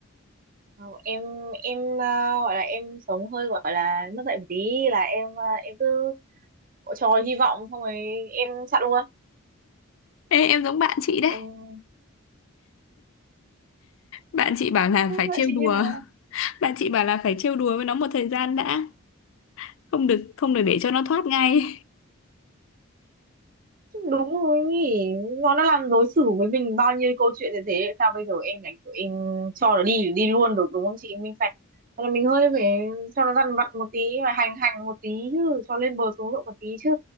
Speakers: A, on the right; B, on the left.
A: Không, em em ờ, gọi là em sống hơi gọi là mất dạy một tí là em ờ, em cứ cho hy vọng xong rồi em chặn luôn
B: Ê, em giống bạn chị đấy.
A: em
B: Bạn chị bảo là
A: không
B: phải trêu
A: chịu
B: đùa.
A: như nào
B: <laughs> Bạn chị bảo là phải trêu đùa với nó một thời gian đã, không được không được để cho nó thoát ngay.
A: đúng rồi nhỉ nó đã làm đối xử với mình bao nhiêu câu chuyện như thế sao bây giờ em lại kiểu em cho nó đi đi luôn được đúng không chị mình phải Thế là mình hơi phải cho nó dằn vặt một tí và hành hành một tí chứ cho lên bờ xuống ruộng một tí chứ